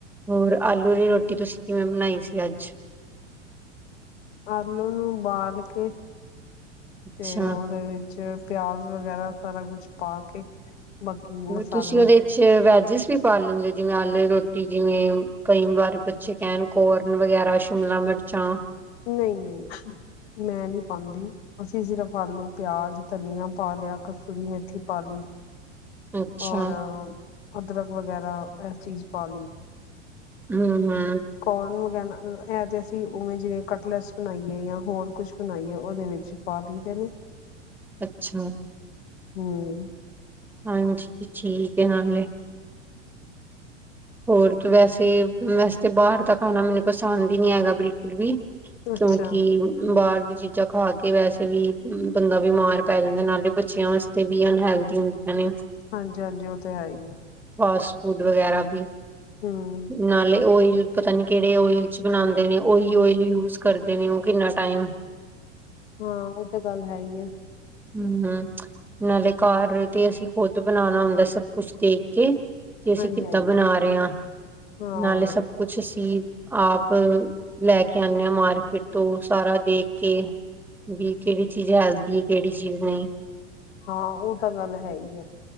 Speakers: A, in the centre; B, on the left (about 60°).
A: ਹੋਰ ਆਲੂ ਦੀ ਰੋਟੀ ਤੁਸੀਂ ਕਿਵੇਂ ਬਣਾਈ ਸੀ ਅੱਜ
B: ਆਲੂ ਨੂੰ ਉਬਾਲ ਕੇ
A: ਅੱਛਾ
B: ਤੇ ਉਹਦੇ ਵਿੱਚ ਪਿਆਜ ਵਗੈਰਾ ਸਾਰਾ ਕੁਛ ਪਾ ਕੇ ਬਾਕੀ ਮਸਾਲੇ
A: ਤੁਸੀਂ ਉਹਦੇ ਚ ਵੈਜ ਜਿਸ ਵੀ ਪਾਲਣਦੇ ਜਿਵੇਂ ਆਲੂ ਦੀ ਰੋਟੀ ਜਿਵੇਂ ਕਈ ਵਾਰ ਬੱਚੇ ਕਹਿਣ ਕੋਰਨ ਵਗੈਰਾ ਸ਼ਿਮਲਾ ਮਿਰਚਾਂ
B: ਨਹੀਂ ਨਹੀਂ ਮੈਂ ਨਹੀਂ ਪਾਉਂਦੀ ਅਸੀਂ ਸਿਰਫ ਆਲੂ ਪਿਆਜ ਧਨੀਆ ਪਾ ਲਿਆ ਕਸੂਰੀ ਮੇਥੀ ਪਾ ਲਈ
A: ਅੱਛਾ
B: ਔਰ ਅਦਰਕ ਵਗੈਰਾ ਸ ਚੀਜ਼ ਪਾ ਲਈ
A: ਹਮ ਹਮ
B: ਕੌਲ ਨੁ ਗਹਿਣਾ ਇਹ ਤੇ ਅਸੀਂ ਉਵੇਂ ਜਿਵੇਂ ਕਟਲਸ ਬਣਾਈਏ ਜਾਂ ਹੋਰ ਕੁਛ ਬਣਾਈਏ ਉਹਦੇ ਵਿੱਚ ਪਾ ਦੇਦੇ ਨੇ
A: ਅੱਛਾ
B: ਹਮ
A: ਹਾਂਜੀ ਠੀਕ ਹੈ ਨਾਲੇ ਹੋਰ ਤੇ ਵੈਸੇ-ਵੈਸੇ ਤਾਂ ਬਾਹਰ ਦਾ ਖਾਣਾ ਮੈਨੂੰ ਪਸੰਦ ਹੀ ਨਹੀਂੀ ਹੈਗਾ ਬਿਲਕੁਲ ਵੀ
B: ਅੱਛਾ
A: ਕਿਉਂਕਿ ਬਾਦ ਚੀਜ਼ਾਂ ਖਾ ਕੇ ਵੈਸੇ ਵੀ ਬੰਦਾ ਬਿਮਾਰ ਪੈ ਜਾਂਦਾ ਨਾਲੇ ਬੱਚਿਆਂ ਵਾਸਤੇ ਤੇ ਵੀ ਅਨਹੈਲਦੀ ਹੁੰਦੀਆਂ ਨੇ,
B: ਹਾਂਜੀ ਹਾਂਜੀ ਉਹ ਤੇ ਹੈ ਹੀ ਹੈ
A: ਬਸ ਫੂਡ ਵਗੈਰਾ ਵੀ
B: ਹਮ
A: ਨਾਲੇ ਓਇਲ ਪਤਾ ਨੀ ਕਿਹੜੇ ਓਇਲ ਚ ਬਣਾਉਂਦੇ ਨੇ ਉਓਹੀ ਓਇਲ ਯੂਜ ਕਰਦੇ ਨੇ ਉਹ ਕਿੰਨਾ ਟਾਈਮ
B: ਹਾਂ ਉਹ ਤਾਂ ਗੱਲ ਹੈ ਹੀ ਹੈ
A: ਹਮ-ਮ ਨਾਲੇ ਕਰ ਤੇ ਅਸੀਂ ਖੁਦ ਬਣਾਉਣਾ ਹੁੰਦਾ ਸਭ ਕੁਛ ਦੇਖ ਕੇ ਕਿ ਅਸੀਂ
B: ਹਾਂਜੀ
A: ਕਿੱਦਾਂ
B: ਹਾਂਜੀ
A: ਬਣਾ ਰਹੇ ਹਾਂ
B: ਹਾਂ
A: ਨਾਲੇ ਸਭ ਕੁਛ ਅਸੀਂ ਆਪ ਲੈ ਕੇ ਆਉਂਣੇ ਹਾਂ ਮਾਰਕੀਟ ਤੋਂ ਸਾਰਾ ਦੇਖ ਕੇ ਵੀ ਕਿਹੜੀ ਚੀਜ਼ ਹੈਲਦੀ ਹੈ ਕਿਹੜੀ ਚੀਜ਼ ਨਹੀਂ
B: ਹਾਂ ਉਹ ਤਾਂ ਗੱਲ ਹੈ ਹੀ ਹੈ